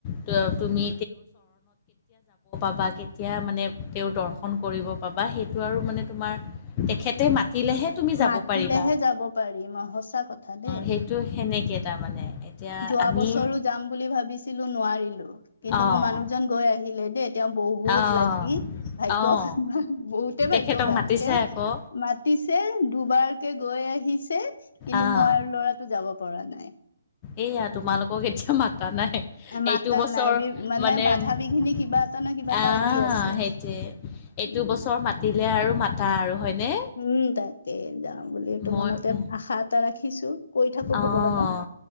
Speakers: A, on the left; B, on the left.
A: তু- তুমি বা কেতিয়া মানে তেওঁৰ দৰ্শন কৰিব পাবা সেইটো আৰু মানে তোমাৰ তেখেতে মা দিলেহে তুমি যাব
B: মাতিলেহে
A: পাৰিবা
B: যাব পাৰিম অ সঁচা কথা দেই
A: সেইটো সেনেকে তাৰমানে এতিয়া
B: যোৱা
A: আমি
B: বছৰো যাম বুলি ভাবিছিলো নোৱাৰিলো কিন্তু
A: অঁ
B: মোৰ মানুহজন গৈ আহিলে দেই তেওঁ বহুত
A: অঁ
B: লাকি ভাগ্য
A: অঁ
B: বহুতে
A: তেখেতক
B: ভাগ্যৱান
A: মাতিছে
B: তেওঁ
A: আকৌ
B: মাতিছে দুবাৰকে গৈ আহিছে কিন্তু
A: অঁ
B: মই ল'ৰাটো যাব পৰা নাই নাই
A: এয়া তোমালোকক এতিয়া মাতা নাই <unintelligible>
B: মাতা নাই মানে বাধা বিঘিনি কিবা এটা ন কিবা এটা আহি আছে
A: এইটো
B: উম
A: বছৰ মাতিলে আৰু মাতা আৰু হয়নে?
B: উম তাকেই যাওঁ বুলিুল তো
A: মই
B: মনতে
A: উম,
B: আশা এটা ৰাখিছো কৈ থাকো
A: অঁ
B: ভগৱানক <inaudible>